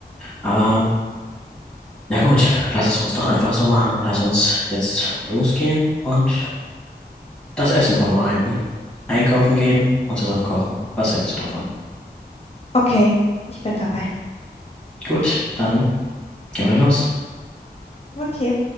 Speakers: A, in the centre; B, on the left (about 35°).
A: Aber ja gut, lass es uns doch einfach so machen. Lass uns jetzt losgehen und das Essen vorbereiten. Einkaufen gehen und zusammen kochen. Was hältst du davon?
B: Okay, ich bin dabei.
A: Gut, dann gehen wir los.
B: Okay.